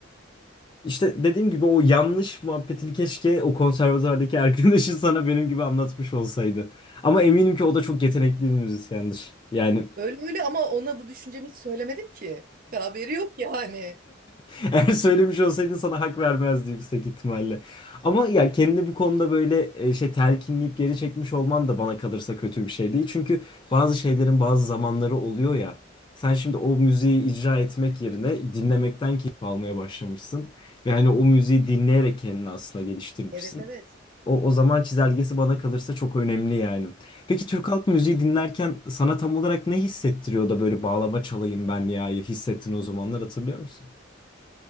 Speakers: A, on the left; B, on the right.
A: İşte dediğim gibi o yanlış muhabbetini keşke o konservatuardaki arkadaşın <laughs> sana benim gibi anlatmış olsaydı. Ama eminim ki o da çok yetenekli bir müzisyendir. Yani
B: Öyle öyle ama ona bu düşüncemi hiç söylemedim ki. Haberi yok yani.
A: <laughs> Eğer söylemiş olsaydın sana hak vermezdi yüksek ihtimalle. Ama ya kendini bu konuda böyle e, şey telkinleyip geri çekmiş olman da bana kalırsa kötü bir şey değil. Çünkü bazı şeylerin bazı zamanları oluyor ya. Sen şimdi o müziği icra etmek yerine dinlemekten keyif almaya başlamışsın. Ve hani o müziği dinleyerek kendini aslında geliştirmişsin.
B: Evet evet.
A: O, o zaman çizelgesi bana kalırsa çok önemli yani. Peki Türk halk müziği dinlerken sana tam olarak ne hissettiriyor da böyle bağlama çalayım ben ya hissettin o zamanlar hatırlıyor musun?